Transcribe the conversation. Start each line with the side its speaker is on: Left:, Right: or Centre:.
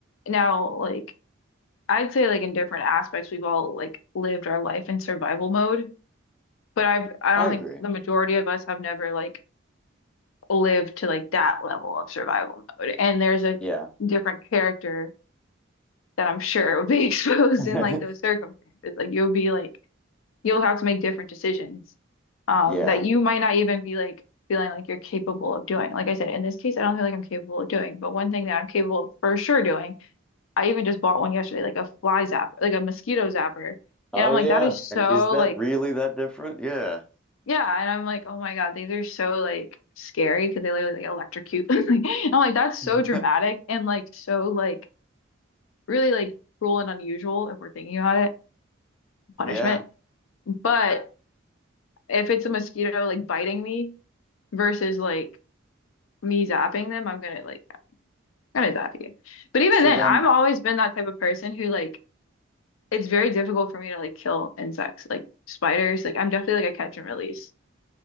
Left: now like I'd say like in different aspects we've all like lived our life in survival mode, but I've I don't
Centre: I agree.
Left: think the majority of us have never like live to like that level of survival mode. And there's a
Centre: Yeah.
Left: different character that I'm sure would be <laughs> exposed
Centre: <laughs>
Left: in like those circumstances. Like you'll be like you'll have to make different decisions um
Centre: Yeah.
Left: that you might not even be like feeling like you're capable of doing. Like I said, in this case, I don't feel like I'm capable of doing, but one thing that I'm capable of for sure doing, I even just bought one yesterday, like a fly zapper, like a mosquito zapper. And
Centre: Oh,
Left: I'm like,
Centre: yeah.
Left: that is so
Centre: And is that
Left: like
Centre: really that different? Yeah.
Left: Yeah, and I'm like, oh my God, these are so like scary because they literally like electrocute. <laughs> Like, I'm like, that's so
Centre: <laughs>
Left: dramatic and like so like really like cruel and unusual if we're thinking about it,
Centre: Yeah.
Left: punishment. But if it's a mosquito like biting me versus like me zapping them, I'm gonna like I'm gonna zap you. But even
Centre: So
Left: then,
Centre: then,
Left: I've always been that type of person who like it's very difficult for me to like kill insects, like spiders. Like I'm definitely like a catch and release.